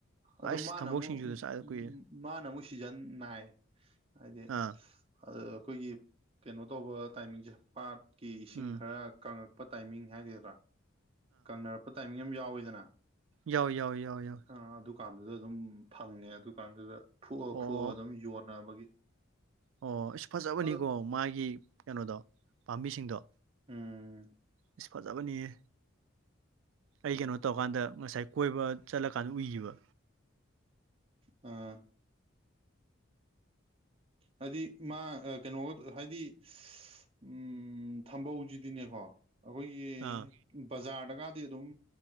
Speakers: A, on the right; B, on the right.
A: ꯑꯗꯨ
B: ꯑꯩꯁ
A: ꯃꯥꯅ
B: ꯊꯝꯕꯧ
A: ꯑꯃꯨꯛ
B: ꯁꯤꯡꯖꯨꯗꯣ ꯆꯥꯗ
A: ꯎ-ꯎꯝ
B: ꯀꯨꯏꯔꯦ
A: ꯃꯥꯅ ꯑꯃꯨꯛ ꯁꯤꯖꯟ ꯅꯥꯏ ꯍꯥꯏꯗꯤ
B: ꯑꯥ
A: ꯑꯗ ꯑꯩꯈꯣꯏꯒꯤ ꯀꯩꯅꯣ ꯇꯧꯕ ꯇꯥꯏꯃꯤꯡꯁꯦ ꯄꯥꯠꯀꯤ ꯏꯁꯤꯡ
B: ꯎꯝ
A: ꯈꯔ ꯀꯪꯉꯛ ꯄ ꯇꯥꯏꯃꯤꯡ ꯍꯥꯏꯒꯗ꯭ꯔꯥ ꯐꯔꯛꯄ ꯇꯥꯏꯃꯤꯡ ꯑꯃ ꯌꯥꯎꯋꯤꯗꯅ
B: ꯌꯥꯎ ꯌꯥꯎ ꯌꯥꯎ ꯌꯥꯎ
A: ꯑ ꯑꯗꯨꯀꯥꯟꯗꯨꯗ ꯑꯗꯨꯝ ꯐꯪꯉꯦ ꯑꯗꯨꯀꯥꯟꯗꯨꯗ ꯐꯨꯑ
B: ꯑꯣ
A: ꯐꯨꯑ ꯑꯗꯨꯝ ꯌꯣꯟꯅꯕꯒꯤ
B: ꯑꯣ ꯑꯁ ꯐꯖꯕꯅꯤꯀꯣ
A: ꯑꯗꯣ
B: ꯃꯥꯒꯤ ꯀꯩꯅꯣꯗꯣ ꯄꯥꯝꯕꯤꯁꯤꯡꯗꯣ
A: ꯎꯝ
B: ꯏꯁ ꯐꯖꯥꯕꯅꯤꯌꯦ ꯑꯩ ꯀꯩꯅꯣ ꯇꯧꯔꯀꯥꯟꯗ ꯉꯁꯥꯏ ꯀꯣꯏꯕ ꯆꯠꯂꯀꯥꯟꯗ ꯎꯏꯒꯤꯕ
A: ꯑ ꯍꯥꯏꯗꯤ ꯃꯥ ꯑ ꯀꯩꯅꯣꯒ ꯍꯥꯏꯗꯤ ꯎꯝ ꯊꯝꯕꯧꯁꯤꯗꯤꯅꯦꯀꯣ ꯑꯩꯈꯣꯏꯒꯤ
B: ꯑꯥ
A: ꯕꯖꯥꯔꯗꯒꯗꯤ ꯑꯗꯨꯝ